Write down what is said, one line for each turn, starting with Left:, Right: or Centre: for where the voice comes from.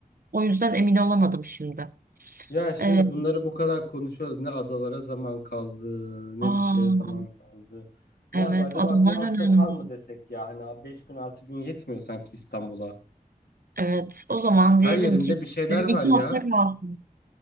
Right: O yüzden emin olamadım şimdi.
Left: Ya şimdi
Right: Ee,
Left: bunları bu kadar konuşuyoruz. Ne adalara zaman kaldı, ne
Right: aa,
Left: bir şeye zaman kaldı. Ya
Right: evet
Left: abi acaba
Right: adalar
Left: bir hafta
Right: önemli.
Left: kal mı desek ya? Hani 5 gün 6 gün yetmiyor sanki İstanbul'a.
Right: Evet o zaman
Left: Her
Right: diyelim
Left: yerinde
Right: ki
Left: bir şeyler
Right: böyle
Left: var
Right: iki
Left: ya.
Right: hafta kalsın.